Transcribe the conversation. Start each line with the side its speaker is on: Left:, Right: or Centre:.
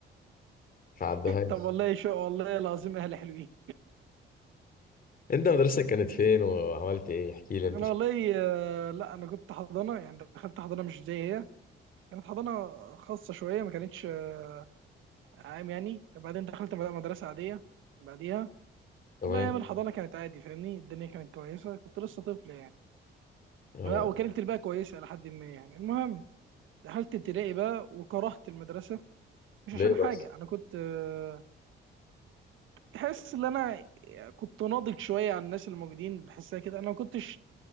Left: ما عدوهاش
Right: طب والله شو والله العظيم اهلي حلوين
Left: انت مدرستك كانت فين وعملت ايه احكي لي انت
Right: انا
Left: شو
Right: والله آه، لا انا كنت حضانه يعني دخلت حضانه مش زي هي كانت حضانه خاصه شويه ما كانتش آه، عام يعني بعدين دخلت مد- مدرسه عاديه بعديها
Left: كمان
Right: والله ايام الحضانه كانت عادي فاهمني الدنيا كانت كويسه كنت لسه طفل يعني
Left: اه
Right: لا وكانت الباقي كويسه لحد ما يعني المهم دخلت ابتدائي بقى وكرهت المدرسه مش
Left: ليه
Right: عشان حاجه
Left: بس
Right: انا كنت آه، تحس ان انا كنت ناضج شويه عن الناس الموجودين بحسها كده انا ما كنتش